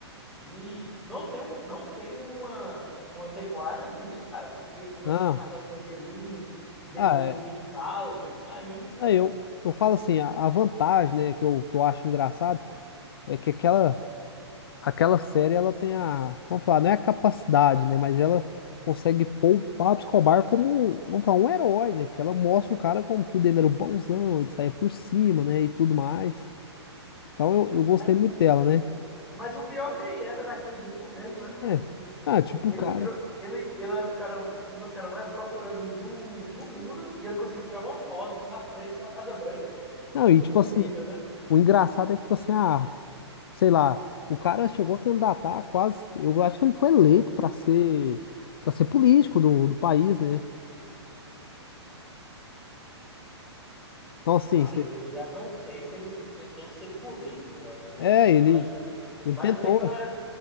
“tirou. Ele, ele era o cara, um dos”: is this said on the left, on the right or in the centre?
Centre